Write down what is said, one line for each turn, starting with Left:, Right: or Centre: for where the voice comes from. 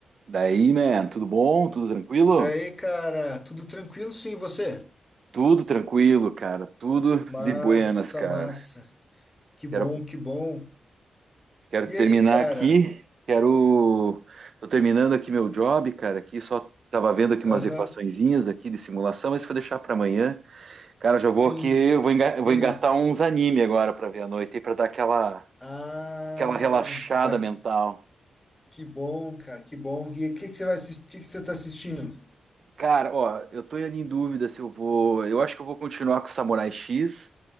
Right: Daí, man, tudo bom? Tudo tranquilo?
Left: Daí, cara, tudo tranquilo sim, e você?
Right: Tudo tranquilo, cara. Tudo
Left: Massa,
Right: de buenas, cara.
Left: massa. Que bom,
Right: Quero,
Left: que bom.
Right: quero
Left: E
Right: terminar
Left: aí, cara?
Right: aqui. Quero. Tô terminando aqui meu job, cara. Aqui só tava vendo aqui
Left: Aham,
Right: umas equaçõezinhas aqui de simulação, mas isso eu vou deixar pra amanhã. Cara, já vou
Left: sim.
Right: aqui, eu vou enga- eu
Left: E
Right: vou
Left: aí?
Right: engatar uns anime agora pra ver à noite, aí pra dar aquela,
Left: Ah,
Right: aquela relaxada
Left: da...
Right: mental.
Left: que bom, cara, que bom. E o que que você vai assistir? Que que você tá assistindo?
Right: Cara, ó, eu tô ali em dúvida se eu vou. Eu acho que eu vou continuar com o Samurai X.